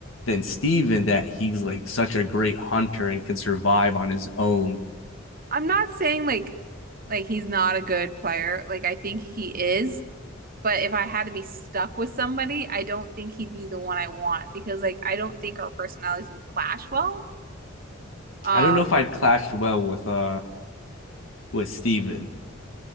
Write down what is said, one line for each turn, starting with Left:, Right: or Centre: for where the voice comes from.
Left: than Steven that he's like such a great hunter and can survive on his own.
Right: I'm not saying like like he's not a good player. Like I think he is, but if I had to be stuck with somebody, I don't think he'd be the one I want because like I don't think our personalities would clash well. Um,
Left: I don't know if I'd clashed well with uh with Steven.